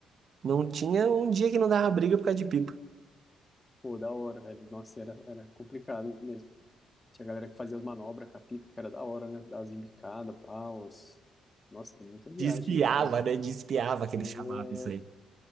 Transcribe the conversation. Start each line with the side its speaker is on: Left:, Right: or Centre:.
Right: não tinha um dia que não dava briga por causa de pipa.
Left: Pô, da hora, velho. Nossa, era, era complicado mesmo. Tinha galera que fazia as manobras com a pipa, que era da hora, né? Das embicadas, paus. Nossa, era muita viagem,
Right: Despiava,
Left: né, cara? A gente-
Right: né? Despiava que eles
Left: é,
Right: chamavam isso aí.